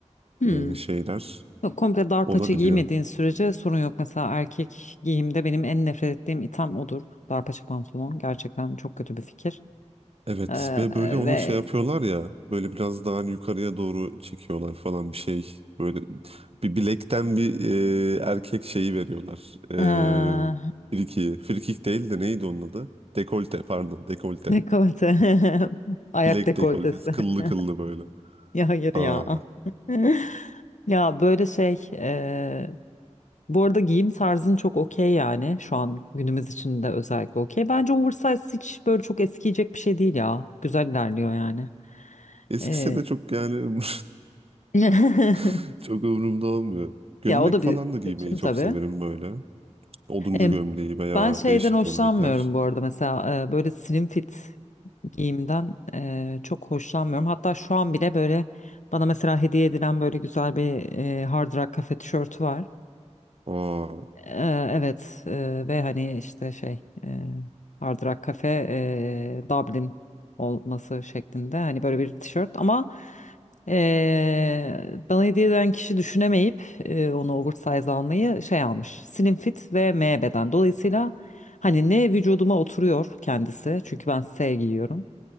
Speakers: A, on the left; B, on the right.
A: Hmm.
B: e, şeyler
A: Yok, Komple dar
B: olabiliyor.
A: paça giymediğin sürece sorun yok. Mesela erkek giyimde benim en nefret ettiğim item odur. Dar paça pantolon. Gerçekten çok kötü bir fikir.
B: Evet
A: Ee,
B: ve böyle onu
A: ve
B: şey yapıyorlar ya böyle biraz daha hani yukarıya doğru çekiyorlar falan bir şey. Böyle bir bilekten bir e, erkek şeyi veriyorlar. E,
A: ee,
B: friki. Frikik değil de neydi onun adı? Dekolte pardon dekolte.
A: dekolte. <laughs> Ayak
B: Bilek
A: dekoltesi.
B: dekoltesi kıllı
A: <laughs>
B: kıllı böyle.
A: Ya hayır
B: Aa,
A: ya. <laughs> Ya böyle şey. ee, bu arada giyim tarzın çok okey yani. Şu an günümüz için de özellikle okey. Bence oversize hiç böyle çok eskiyecek bir şey değil ya. Güzel ilerliyor yani.
B: eskisi
A: Ee,
B: de çok yani
A: <laughs>
B: <laughs> çok umurumda olmuyor. Gömlek
A: Ya o da
B: falan
A: bir
B: da giymeyi
A: seçim
B: çok
A: tabii.
B: severim böyle. Oduncu
A: E,
B: gömleği veya
A: ben şeyden
B: değişik
A: hoşlanmıyorum
B: gömlekler.
A: bu arada mesela e, böyle slim fit giyimden e, çok hoşlanmıyorum. Hatta şu an bile böyle bana mesela hediye edilen böyle güzel bir e, Hard Rock Cafe tişörtü var.
B: Aa.
A: Ee, evet e, ve hani işte şey e, Hard Rock Cafe e, Dublin olması şeklinde hani böyle bir tişört ama e, bana hediye eden kişi düşünemeyip e, onu oversize almayı şey almış slim fit ve M beden dolayısıyla hani ne vücuduma oturuyor kendisi çünkü ben S giyiyorum